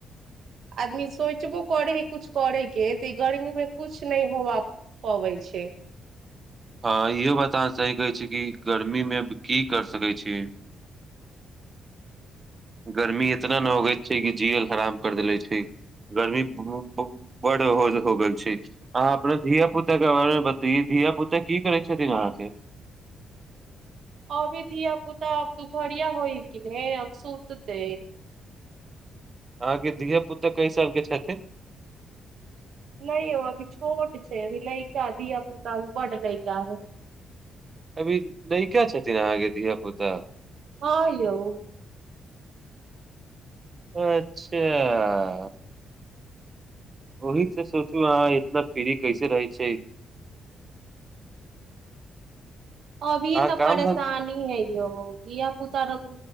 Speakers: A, on the right; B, on the right.
A: आदमी सोचबो करै हइ कछु करयके तऽ ई गर्मीमे किछु नहि होबा पबै छै
B: हँ इहो बतान सही कहै छै कि गर्मी मे की कर सकै छी गर्मी इतना न होगैत छै कि जील हराम कर देले छै गर्मी बड़ हो गेल छै अहाँ अपना धिया पुता के बारेमे बतैए धिया पुता की करै छथिन अहाँके
A: आओर भी धिया पुता दुपहरिया होइ की ने आब सुततै
B: अहाँके धिय पुता कई सालके छथिन
A: नै यौ अभी छोट छै अभी लैका धीया पुता अभी बड लैका है
B: अभी लइका छथिन अहाँके धिया पुता
A: हँ यौ
B: अच्छा ओहि से सोचू अहाँ इतना फ्री कैसे रहै छै
A: अभीये
B: अहाँ
A: तऽ
B: काम
A: परेशानी
B: धाम
A: है यौ धिय पुता र